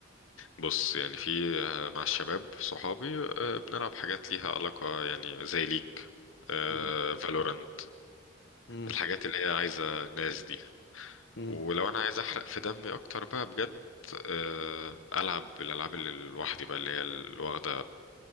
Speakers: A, on the left; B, on the left.
A: بص يعني في آه، مع الشباب صحابي آه، بنلعب حاجات ليها علاقة يعني زي ليج آه،
B: أمم،
A: فالورانت
B: أمم،
A: الحاجات اللي هي عايزة ناس دي
B: أمم.
A: ولو أنا عايز أحرق في دمي أكتر بقى بجد آه، ألعب الألعاب اللي لوحدي بقى اللي هي اللي واخدة